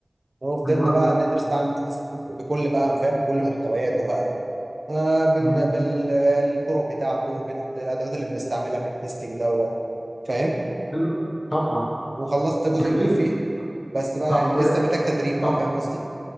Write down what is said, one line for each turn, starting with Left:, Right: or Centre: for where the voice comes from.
Right: وفضلنا
Left: حلو أوي
Right: بقى ندرس بقى عن- بكل بقى فاهم بكل محتوياته بقى آه بن
Left: تمام
Right: بالطرق بتاعته بالادوات اللي بنستعملها في التستنج دوت فاهم
Left: حلو. طبعا
Right: وخلصت جزء
Left: جميل
Right: كبير فيه بس بقى
Left: طب
Right: يعني لسه محتاج تدريب بقى
Left: طب
Right: فاهم قصدي